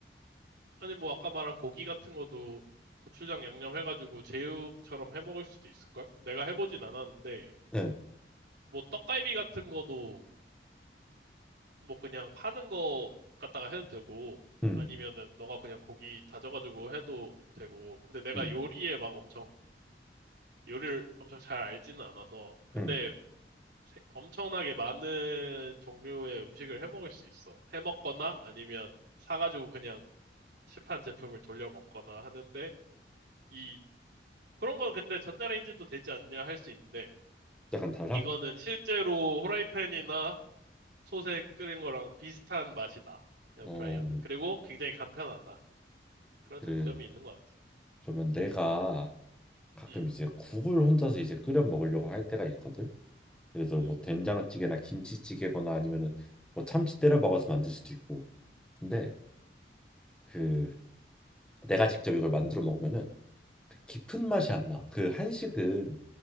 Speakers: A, on the right (about 70°); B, in the centre.
A: 아니 뭐 아까 말한 고기 같은 것도 고추장 양념 해가지고 제육처럼 해 먹을 수도 있을걸? 내가 해보진 않았는데
B: 응,
A: 뭐 떡갈비 같은 거도 뭐 그냥 파는 거 갖다가 해도 되고
B: 응,
A: 아니면은 너가 그냥 고기 다져가지고 해도 되고 근데 내가
B: 응,
A: 요리에 막 엄청 요리를 엄청 잘 알지는 않아서 근데
B: 응.
A: 세- 엄청나게 많은 종류의 음식을 해 먹을 수 있어. 해 먹거나 아니면 사가지고 그냥 시판 제품을 돌려 먹거나 하는데 이 그런 건 근데 전자레인지도 되지 않냐 할 수 있는데,
B: 약간 달라?
A: 이거는 실제로 후라이팬이나 솥에 끓인 거랑 비슷한 맛이다. 에어프라이어는.
B: 어,
A: 그리고 굉장히 간편하다. 그런 장점이
B: 그
A: 있는 것 같아.
B: 그러면 내가 가끔
A: 음,
B: 이제 국을 혼자서 이제 끓여 먹으려고 할 때가 있거든. 그래서
A: 음,
B: 뭐 된장찌개나 김치찌개거나 아니면은 뭐 참치 때려 박아서 만들 수도 있고 근데 그 내가 직접 이걸 만들어 먹으면은 그 깊은 맛이 안 나. 그 한식은